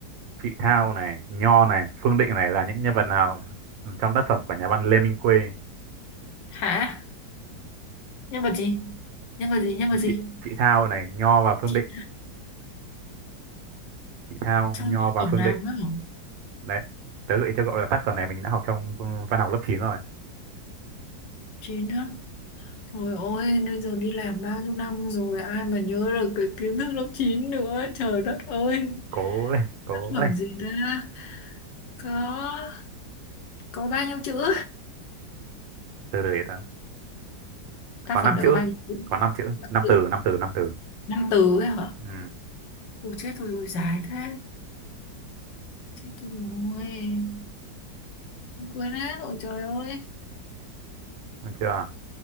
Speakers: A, on the right (about 80°); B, on the left (about 75°).
A: Chị Thao này, Nho này, Phương Định này là những nhân vật nào trong tác phẩm của nhà văn Lê Minh Khuê?
B: hả nhân vật gì nhân vật gì nhân vật gì
A: Chị Chị Thao này, Nho và Phương
B: chị
A: Định, Chị Thao,
B: trong
A: Nho
B: tác
A: và
B: phẩm
A: Phương
B: làm
A: Định.
B: á hả
A: Đấy, tớ gợi ý cho cậu là tác phẩm này mình đã học trong văn học lớp chín rồi.
B: chị nữa Trời ơi, bây giờ đi làm bao nhiêu năm rồi, ai mà nhớ được cái kiến thức lớp 9 nữa, trời đất ơi.
A: Cố lên, cố
B: Tác phẩm
A: lên,
B: gì ta? Có. có bao nhiêu chữ
A: từ từ để tớ.
B: tác
A: Có 5
B: phẩm này
A: chữ,
B: có bao nhiêu chữ
A: có năm chữ, năm
B: Chữ-
A: từ, 5 từ, 5 từ.
B: năm từ ấy hả
A: Ừ,
B: ôi chết thôi ôi dài thế chết tôi rồi Tôi quên hết ôi trời ơi
A: được chưa?